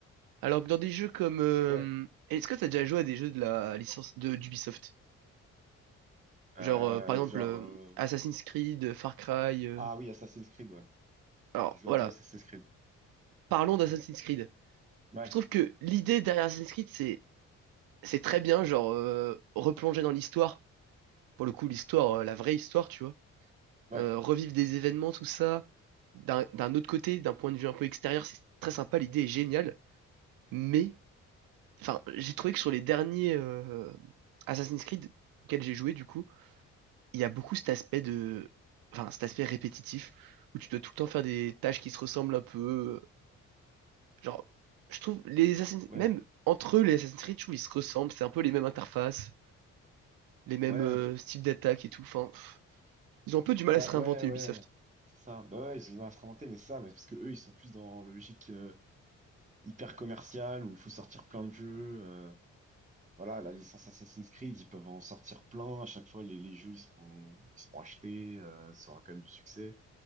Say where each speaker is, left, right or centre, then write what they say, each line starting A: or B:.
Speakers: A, on the right (about 70°); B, on the right (about 20°).
A: Alors que dans des jeux comme... euh,
B: Ouais.
A: est-ce que t'as déjà joué à des jeux de la licence de d'Ubisoft? Genre,
B: Euh,
A: euh, par exemple,
B: genre,
A: euh,
B: euh,
A: Assassin's Creed, euh, Far Cry... euh,
B: ah oui, Assassin's Creed, ouais.
A: Alors,
B: Je joue
A: voilà.
B: à deux Assassin's Creed.
A: Parlons d'Assassin's Creed.
B: Ouais,
A: Je trouve que l'idée derrière Assassin's Creed, c'est c'est très bien, genre, euh, replonger dans l'histoire. Pour le coup, l'histoire, euh, la vraie histoire, tu vois.
B: ouais,
A: euh, revivre des événements, tout ça, d'un d'un autre côté, d'un point de vue un peu extérieur, c'est très sympa, l'idée est géniale. Mais, enfin, j'ai trouvé que sur les derniers euh, Assassin's Creed auxquels j'ai joué, du coup, il y a beaucoup cet aspect de, enfin, cet aspect répétitif où tu dois tout le temps faire des tâches qui se ressemblent un peu. Genre, je trouve les Assassin's,
B: ouais,
A: même entre eux, les Assassin's Creed, je trouve ils se ressemblent, c'est un peu les mêmes interfaces, les mêmes
B: ouais,
A: euh, styles d'attaque et tout. Enfin, pff, Ils ont un peu du mal
B: Bah,
A: à se réinventer
B: ouais, ouais,
A: Ubisoft.
B: c'est ça. Bah ouais, ils ont instrumenté, mais ça, mais parce que eux, ils sont plus dans la logique euh, hyper commerciale où il faut sortir plein de jeux. euh, voilà, la licence Assassin's Creed, ils peuvent en sortir plein. À chaque fois, les, les jeux, ils sont, ils sont achetés, euh, ça aura quand même du succès.